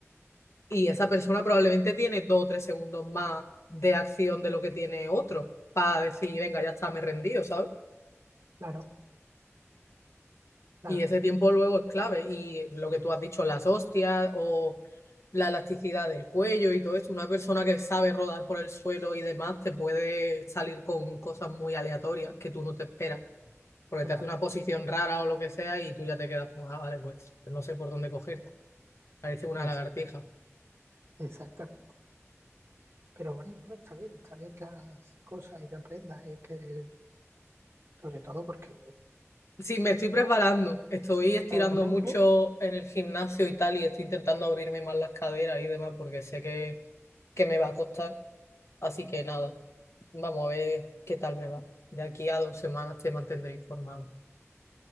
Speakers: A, on the left; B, on the right.
A: y esa persona probablemente tiene dos o tres segundos más de acción de lo que tiene otro para decir, venga, ya está, me he rendido, ¿sabes?
B: claro, claro
A: Y ese
B: que sí,
A: tiempo luego es clave. Y lo que tú has dicho, las hostias o la elasticidad del cuello y todo eso, una persona que sabe rodar por el suelo y demás te puede salir con cosas muy aleatorias que tú no te esperas, porque
B: totalmente.
A: te hace una posición rara o lo que sea y tú ya te quedas como, ah, vale, pues no sé por dónde cogerte. Parece una
B: Es,
A: lagartija.
B: exactamente. Pero bueno, no, está bien, está bien que hagas cosas y que aprendas y que, sobre todo porque
A: Sí, me estoy preparando, estoy estirando
B: claramente,
A: mucho en el gimnasio y tal y estoy intentando abrirme más las caderas y demás porque sé que, que me va a costar, así que nada. Vamos a ver qué tal me va. De aquí a dos semanas te mantendré informado.